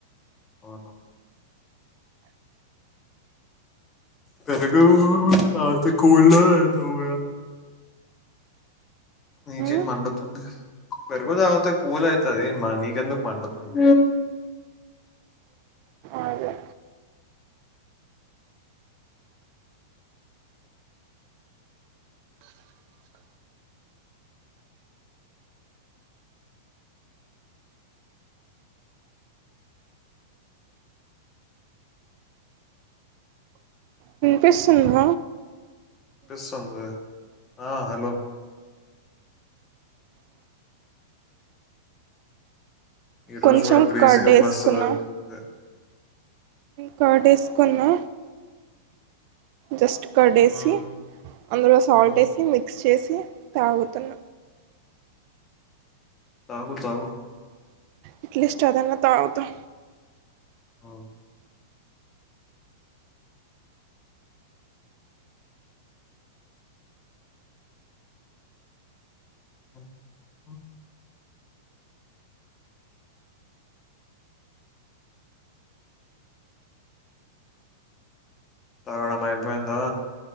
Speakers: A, on the left (about 25°); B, on the right (about 50°).
A: అ పెరుగు తాగితే కూల్ గా అవుతాది కదా నీకేం
B: ఉమ్
A: మండుతుంది పెరుగు తగితే కూల్ అవుతుది మా నీకెందుకు మండుతుంది
B: అదే వినిపిస్తుంద
A: వినిపిస్తందే ఆ హలో ఈ రోజు
B: కొంచెం
A: కూడా క్రేజీ
B: కర్డ్
A: గా
B: వేసుకున్నా
A: బస్సు దొరికింది
B: కార్డెసుకున్న జస్టు కడేసి
A: ఉమ్
B: అందులో సాల్ట్
A: ఉమ్
B: ఏసి మిక్స్ చేసి టీ తాగుతున్న
A: తాగు తాగు
B: ఇట్లిస్ట్ అదన తాగుతా
A: ఆ అే తాగడం అయిపోయిందా